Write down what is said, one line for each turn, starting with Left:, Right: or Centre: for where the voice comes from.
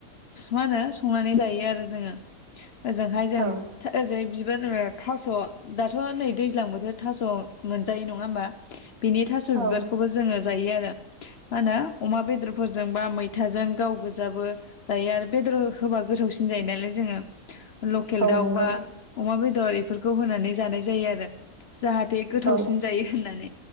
Left: मा होनो संनानै जायो आरो जोङो। ओजोंहाय जों
Right: औ
Left: ओजों बिबार थास' दाथ' नै दैज्लां बोथोर थास' मोनजायो नङा होमबा? बिनि थास'
Right: औ
Left: बिबारखौबो जोङो जायो आरो मा होनो अमा बेदर फोरजों बा मै मैथाजों गाव गोजाबो जायो आरो बेदर होबा गोथावसिन जायो नालाय जोङो लकेल
Right: औ
Left: दाउबा
Right: नंगौ
Left: अमा बेदरफोर फोरखौ होनानै जानाय जायो आरो। जाहाथे गोथावसिन
Right: औ
Left: जायो होननानै।